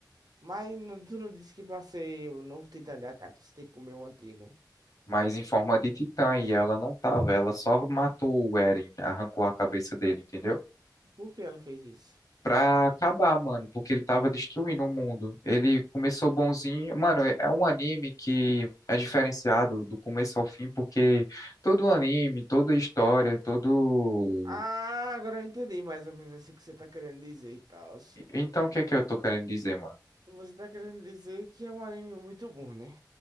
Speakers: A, on the right (about 60°); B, on the left (about 50°).
A: Mas não- tu não disse que pra ser o novo Titã de Ataque, você tem que comer o antigo.
B: mas em forma de titã, e ela não tava, ela só matou o Eren, arrancou a cabeça dele, entendeu?
A: Por que ela fez isso?
B: Pra acabar, mano, porque ele tava destruindo o mundo. Ele começou bonzinho. Mano, é é um anime que é diferenciado do começo ao fim, porque todo anime, toda história, todo.
A: Ah, agora eu entendi mais ou menos assim o que você tá querendo dizer e tal.
B: Então, o que é que eu tô querendo dizer, mano?
A: Você tá querendo dizer que é um anime muito bom, né?